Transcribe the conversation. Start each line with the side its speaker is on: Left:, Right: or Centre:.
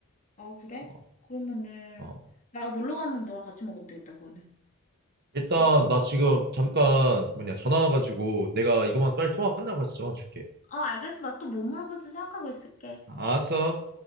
Left: 아, 그래?
Right: 어.
Left: 그러면은,
Right: 어.
Left: 나 놀러 가면 너랑 같이 먹으면 되겠다, 그거는.
Right: 일단
Left: 그치?
Right: 나 지금 잠깐 뭐냐 전화 와가지고 내가 이거만 빨리 통화 끝나고 해서 전화 줄게.
Left: 어, 알겠어. 나 또 뭐 물어볼지 생각하고 있을게.
Right: 알았어.